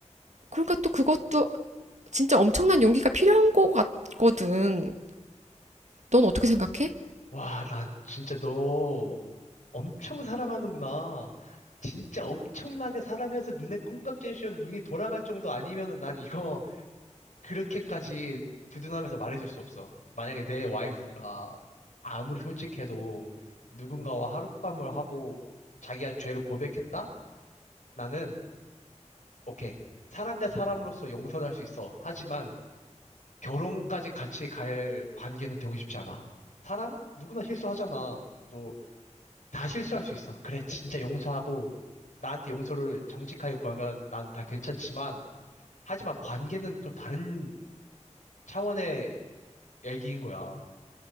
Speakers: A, on the right; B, on the left.
A: 그러니까 또 그것도 진짜 엄청난 용기가 필요한 것 같거든. 넌 어떻게 생각해?
B: 와, 나 진짜 너 엄청 사랑하는구나. 진짜 엄청나게 사랑해서 눈에 콩깍지를 씌워서 눈이 돌아갈 정도 아니면은 난 이거 그렇게까지 두둔하면서 말해줄 수 없어. 만약에 내 와이프가 아무리 솔직해도 누군가와 하룻밤을 하고 자기가 죄를 고백했다? 나는, 오케이. 사람 대 사람으로서 용서할 수 있어. 하지만 결혼까지 같이 갈 관계는 되고 싶지 않아. 사람? 누구나 실수하잖아. 너 다 실수할 수 있어. 그래, 진짜 용서하고, 나한테 용서를 정직하게 구하면 난 다 괜찮지만, 하지만 관계는 또 다른 차원의 얘기인 거야.